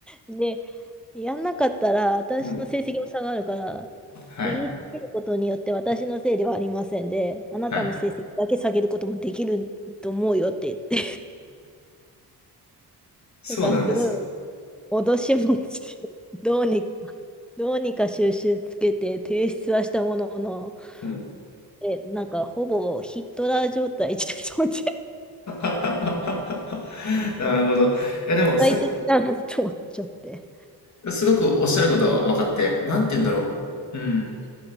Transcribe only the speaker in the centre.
で。で、やんなかったら、私の成績も下がるから、
で、言いつけることによって私のせいではありませんで、あなたの成績だけ下げることもできると思うよって言って、
とか、すごい脅し文句 <laughs> どうに、どうにか収集つけて提出はしたものの、
え、なんかほぼヒットラー状態じゃっ
独
裁的だ
<laughs> なと思っちゃって。